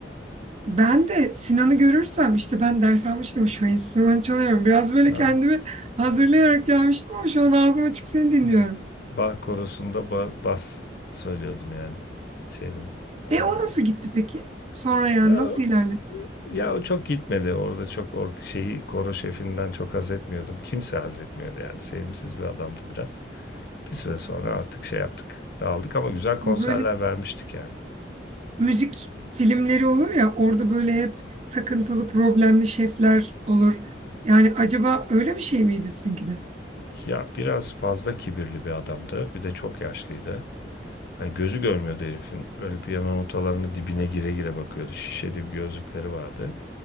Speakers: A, on the right; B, on the left.
A: Ben de Sinan'ı görürsem işte ben ders almıştım şu an enstrüman çalıyorum. Biraz böyle
B: Ha,
A: kendimi hazırlayarak gelmiştim ama şu an ağzım açık seni dinliyorum.
B: yok. Bach korosunda ba- bas söylüyordum yani. Şeydim. eee,
A: E o nasıl gitti peki? Sonra yani
B: ya
A: nasıl ilerledi?
B: ya o çok gitmedi. Orada çok or şeyi koro şefinden çok haz etmiyordum. Kimse haz etmiyordu yani. Sevimsiz bir adamdı biraz. Bir süre sonra artık şey yaptık. Dağıldık ama güzel konserler
A: Bu böyle
B: vermiştik yani.
A: müzik filmleri olur ya orada böyle hep takıntılı problemli şefler olur. Yani acaba öyle bir şey miydi sizinki de?
B: Ya biraz fazla kibirli bir adamdı. Bir de çok yaşlıydı. Hani gözü görmüyordu herifin. Böyle piyano notalarını dibine gire gire bakıyordu. Şişeli bir gözlükleri vardı.